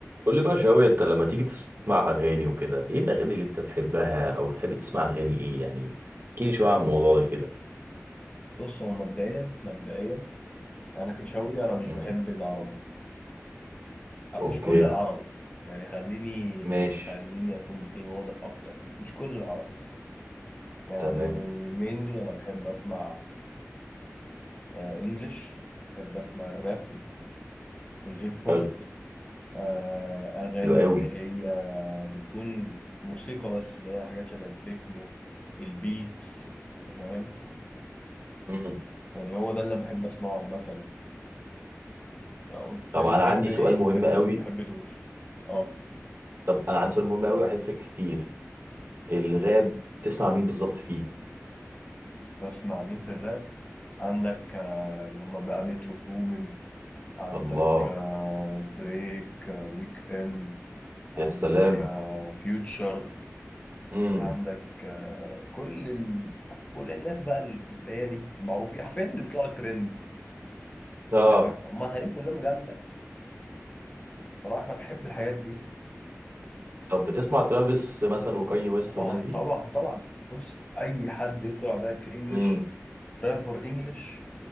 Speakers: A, on the right (about 45°); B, on the left (about 25°).
A: قول لي بقى شوية انت لما تيجي تسمع اغاني وكده ايه الاغاني اللي انت تحبها او تحب تسمع اغاني ايه يعني احكي لي شوية عن الموضوع ده كده
B: بص هو مبدئيا مبدئيا انا كشاوي انا مش
A: امم
B: بحب العربي أه،
A: اوكي
B: مش كل العربي يعني خليني
A: ماشي
B: خليني اكون ايه واضح اكتر مش كل العربي يعني
A: تمام
B: مينلي انا بحب اسمع آه، انجلش بحب اسمع الراب الهيب هوب
A: حلو
B: آه، اغاني
A: حلو قوي
B: اللي هي بتكون موسيقى بس اللي هي حاجات شبه التكنو البيتس فاهم
A: امم
B: يعني هو ده اللي بحب اسمعه عامة قلت
A: طب
B: لي
A: انا
B: بحب
A: عندي
B: ايه
A: سؤال مهم
B: بحب
A: قوي
B: بحب دول اه
A: طب انا عندي سؤال مهم قوي هيفرق كتير الراب تسمع مين بالظبط فيه
B: بسمع مين في الراب عندك آه، اللي هم بقى مترو بومين عندك
A: الله
B: آه، دريك آه، ويك اند عندك
A: يا سلام
B: آه، فيوتشر
A: امم
B: عندك آه، كل ال... كل الناس بقى اللي في البداية دي المعروفين حرفيا اللي بيطلعوا ترند
A: اه
B: انت فاهم هم اغانيهم كلهم جامدة الصراحة انا بحب الحاجات دي
A: طب بتسمع ترافيس مثلا وكاني ويست
B: طبعا
A: والناس دي
B: طبعا طبعا بص اي حد يخطر على بالك انجلش
A: امم
B: رابر انجلش